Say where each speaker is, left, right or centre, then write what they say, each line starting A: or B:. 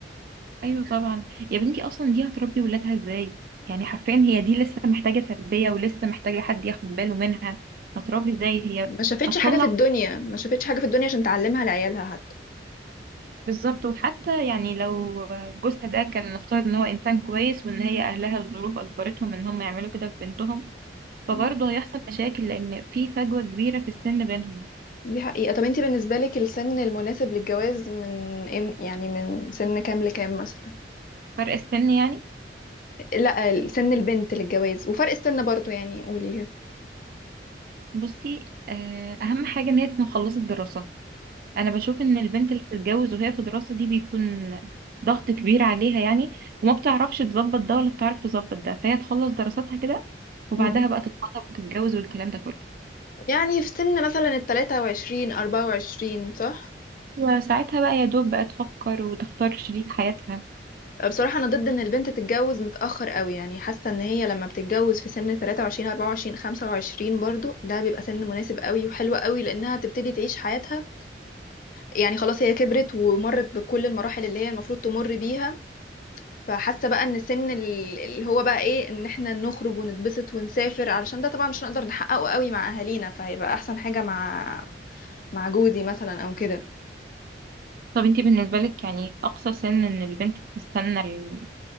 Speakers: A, on the right; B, on the left.
A: ايوه طبعا يا بنتي اصلا دي هتربي ولادها ازاي يعني حرفيا هي دي لسه محتاجه تربيه ولسه محتاجه حد ياخد باله منها هتربي ازاي هي
B: ما شافتش
A: هتطلع
B: حاجه في الدنيا ما شافتش حاجه في الدنيا عشان تعلمها لعيالها حتى
A: بالظبط وحتى يعني لو جوزها ده كان نفترض ان هو انسان كويس وان هي اهلها الظروف اجبرتهم ان هم يعملوا كده في بنتهم فبرضه
B: مم.
A: هيحصل مشاكل لان في فجوه كبيره في السن بينهم
B: دي حقيقه طب انت بالنسبه لك السن المناسب للجواز من إم- يعني من سن كام لكام مثلا
A: فرق السن يعني
B: لا سن البنت للجواز وفرق السن برضو يعني قولي
A: بصي آه، اهم حاجه ان هي تكون خلصت دراسه انا بشوف ان البنت اللي بتتجوز وهي في دراسة دي بيكون ضغط كبير عليها يعني وما بتعرفش تظبط ده ولا بتعرف تظبط ده فهي تخلص دراساتها كده وبعدها
B: مم.
A: بقى تتخطب وتتجوز والكلام ده كله
B: يعني في سن مثلا التلاتة وعشرين أربعة وعشرين صح؟
A: وساعتها بقى يا دوب بقى تفكر وتختار شريك حياتها
B: بصراحة أنا ضد إن البنت تتجوز متأخر قوي يعني حاسة إن هي لما بتتجوز في سن تلاتة وعشرين أربعة وعشرين خمسة وعشرين برضو ده بيبقى سن مناسب قوي وحلو قوي لأنها تبتدي تعيش حياتها يعني خلاص هي كبرت ومرت بكل المراحل اللي هي المفروض تمر بيها فحاسة بقى إن سن ال- اللي هو بقى إيه إن إحنا نخرج ونتبسط ونسافر علشان ده طبعا مش هنقدر نحققه قوي مع أهالينا فهيبقى أحسن حاجة مع مع جوزي مثلا أو كده
A: طب انتي بالنسبة لك يعني اقصى سن ان البنت تستنى ال-